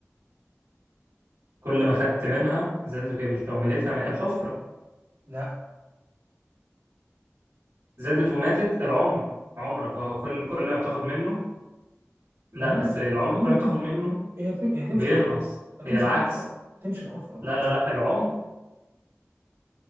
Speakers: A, on the right (about 80°); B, on the right (about 70°).
A: كل ما خدت منها زادت وكبرت لو مليتها ماء الحفرة
B: لا
A: زادت وماتت العمر عمرك اه كل كل ما بتاخد منه لا
B: والله
A: بس العمر
B: والله
A: كل ما
B: هتمشي
A: بتاخد منه
B: هي هتم- هي هتمشي
A: بينقص
B: الحفرة. هتمشي
A: هي العكس
B: الحفره تمشي الحفره
A: لا
B: بس
A: لا لا العمر